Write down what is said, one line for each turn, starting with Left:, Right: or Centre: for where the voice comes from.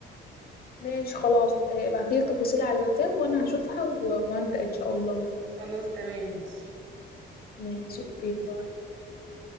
Left: ماشي خلاص آه، ابعتيلي التفاصيل على الواتساب وانا هشوفها و- وابدأ ان شاء الله
Right: خلاص تمام ماشي
Left: ماشي اوكي
Right: ماشي.
Left: باي
Right: باي باي.